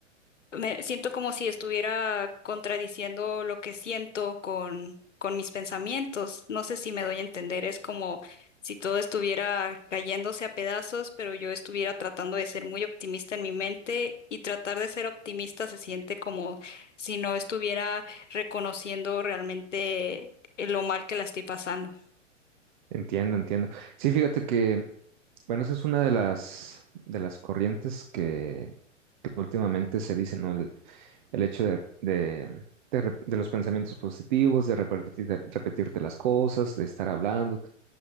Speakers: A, on the left; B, on the right.
A: Me siento como si estuviera contradiciendo lo que siento con, con mis pensamientos. No sé si me doy a entender. Es como si todo estuviera cayéndose a pedazos, pero yo estuviera tratando de ser muy optimista en mi mente y tratar de ser optimista se siente como si no estuviera reconociendo realmente lo mal que la estoy pasando.
B: Entiendo, entiendo. Sí, fíjate que, bueno, esa es una de las, de las corrientes que, que últimamente se dicen, ¿no? El hecho de, de, de rep- de los pensamientos positivos, de repetir, de repetirte las cosas, de estar hablando.